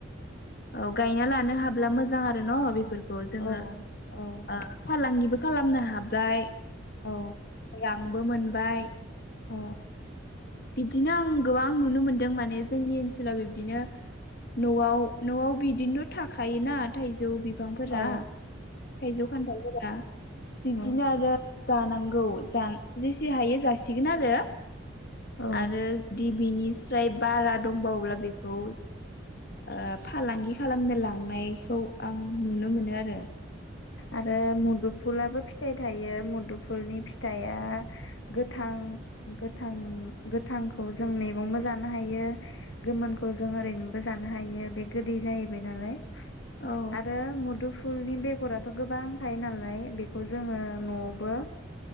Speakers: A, on the left; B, on the left.
A: औ गायना लानो हाब्ला मोजां आरो न बेफोरख <unintelligible> जोङो
B: औ औ
A: ओ फालांगि <unintelligible> खालामनो हाबाय
B: औ
A: दांबो मोनबाय
B: अ
A: बिब्दिनो आं गोबां नुनो मोनदों माने जोंनि ओनसोलाव बिब्दिनो न'आव न'आव बिदिनोथ थाखायोना थाइजौ बि बिफांफोरा
B: औ
A: थाइजौ खान्थालफोरा बिब्दिनो
B: औ
A: आरो जानांगौ जान जेसे हायो जासिगोन आरो।
B: औ
A: आरो दि बिनिस्राय बारा दंबावोब्ला बेखौ ओ फालांगि खालामनो लांनायखौ आं नुनो मोनो आरो।
B: आरो मुदुफुलाबो फिथाइ थायो मुदु फुलनि फिथाइया थां गोथां गोथांखौ जों मैगंबो जानो हायो गोमोनखौ जों ओरैनोबो जानो हायो बे गोदै जाहैबाय नालाय।
A: औ
B: आरो मदुफ फुलनि बेग गराथ गोबां थायो नालाय बेखौ जोङो न'आवबो